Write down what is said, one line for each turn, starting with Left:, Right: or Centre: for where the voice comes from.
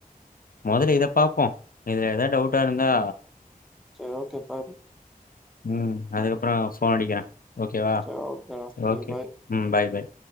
Left: முதல்ல இதை பாப்போம் இதுல ஏதாவ டவுட்டா இருந்தா
Centre: செரி ஓகே பாரு
Left: ம். அதுக்கப்புறம் போன் அடிக்கிறேன் ஓகே வா
Centre: சரி ஓகேடா சரி
Left: ஓகே
Centre: பாய்
Left: ம் பாய் பாய்